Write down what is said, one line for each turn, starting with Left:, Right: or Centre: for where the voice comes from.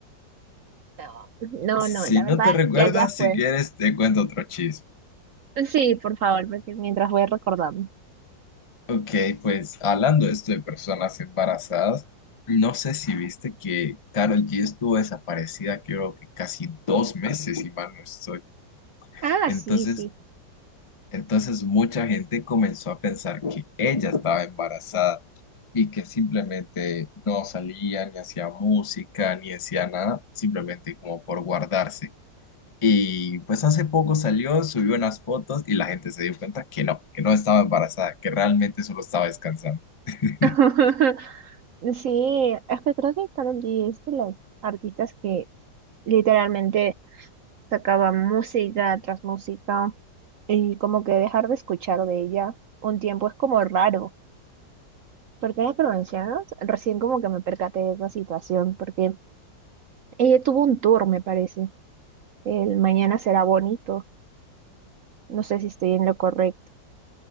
Right: No,
Left: si
Right: no, no, la
Left: no
Right: verdad,
Left: te recuerdas,
Right: ya, ya fue.
Left: si quieres, te cuento otro chisme.
Right: Sí, por favor, porque mientras voy recordando.
Left: Ok, pues hablando de esto de personas embarazadas, no sé si viste que Karol G estuvo desaparecida, creo que casi dos meses, si mal no estoy.
Right: Ah,
Left: Entonces
Right: sí, sí.
Left: Entonces mucha gente comenzó a pensar que ella estaba embarazada y que simplemente no salía, ni hacía música, ni hacía nada, simplemente como por guardarse. Y pues hace poco salió, subió unas fotos y la gente se dio cuenta que no, que no estaba embarazada, que realmente solo estaba descansando. <laughs>
Right: <laughs> Sí, es que creo que Karol G es de las artistas que literalmente sacaba música tras música y como que dejar de escuchar de ella un tiempo es como raro, porque ahora que lo mencionas, recién como que me percaté de esa situación, porque ella tuvo un tour, me parece, el Mañana será bonito, no sé si estoy en lo correcto.